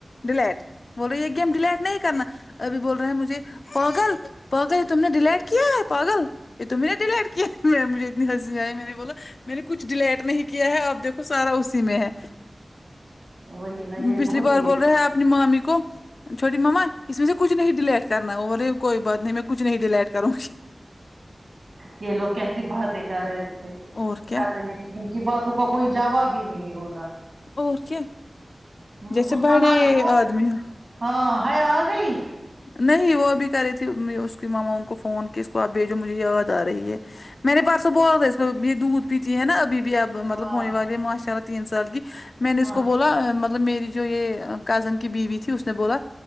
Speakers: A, on the left; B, on the right.
A: ڈیلیٹ بولرہی ہے یہ گیم ڈیلیٹ نہیں کرنا ابھی بول رہے ہیں مجھے پاگل پاگل یہ تم نے ڈیلیٹ کیا ہے پاگل یہ تمہیں نے ڈیلیٹ کیا <unintelligible> میں مجھے اتنی ہنسی آئی میں نے بولا میں نے کچھ ڈلیٹ نہیں کیا ہے آپ دیکھو سارا اسی میں ہے
B: وہی نا یہ
A: پچھلی
B: بہت
A: بار
B: ہی
A: بول رہا ہے اپنی مامی کو چھوٹی ماما اس میں سے کچھ نہیں ڈلیٹ کرنا ا میں بولرہی ہوں کوئی بات نہیں میں کچھ نہیں ڈیلیٹ کروں گی
B: یہ لوگ کیسی باتیں کر رہے تھے
A: اور کیا
B: کر رہے ہیں ان کی باتوں کا کوئی جاواب ہی نہیں ہوتا
A: اور کیا
B: ہم
A: جیسے
B: اس
A: بڑے
B: کا من ہو گیا
A: آدمی ہو
B: ہاں حیا اگئی
A: نہیں وہ بھی کر رہی تھی اس کی ماما ان کو فون کی اس کو آپ بھیجو مجھے یاد آ رہی ہے میرے پرسوں بولا تھا اس کو یہ دودھ پیتی ہے نا ابھی بھی اب مطلب
B: ہاں
A: ہونے والے ماشاء اللہ تین سال کی میں نے اس
B: ہاں
A: کو بولا مطلب مطلب میری جو یہ کزن کی بیوی تھی اس نے بولا